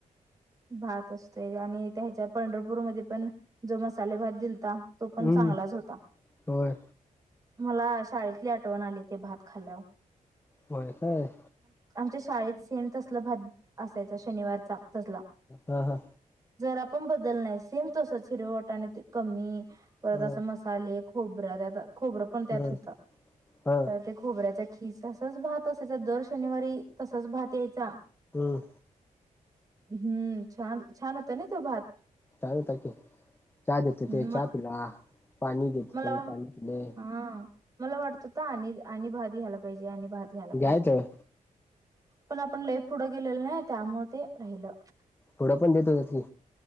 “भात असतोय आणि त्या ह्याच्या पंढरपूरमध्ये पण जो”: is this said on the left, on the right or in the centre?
Right